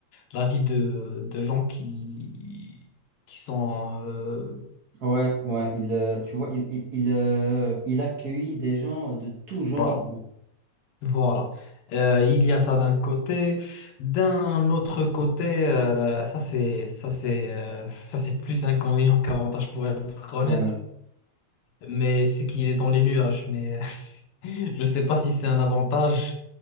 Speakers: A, on the left (about 60°); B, on the right (about 80°).
A: la vie de, de gens qui, qui sont... euh,
B: Ouais. Ouais. Il euh, tu vois il il il, euh, il accueille des gens de tout genre.
A: voilà. Voilà. Euh, il y a ça d'un côté. D'un autre côté, euh, ça c'est ça c'est euh, ça c'est plus inconvénient qu'avantage pour être honnête.
B: Ouais.
A: Mais c'est qu'il est dans les nuages. Mais <laughs> je sais pas si c'est un avantage.